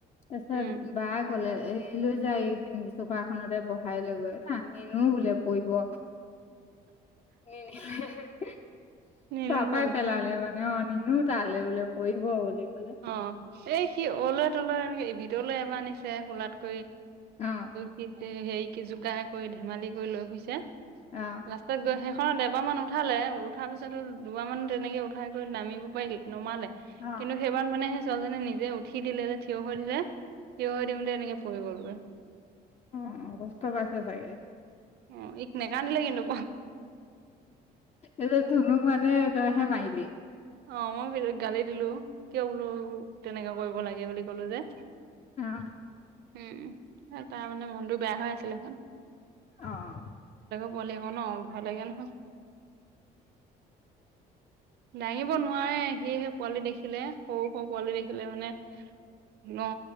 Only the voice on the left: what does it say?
তাৰ পিছত
বা কলে এই লৈ এই চোফা খনতে বহাই লৈ গৈ না নিনো বোলে পৰিব। <unintelligible> তাৰপৰাই
পেলালে মানে অঁ। তাললে বোলে পৰিব বুলি। কলে
অ
অ
হাঁ
অঁ কষ্ট পাইছ চাগে।
এতি ধুনুক মানে তই হে মাইলি
আহঁ।
অহঁ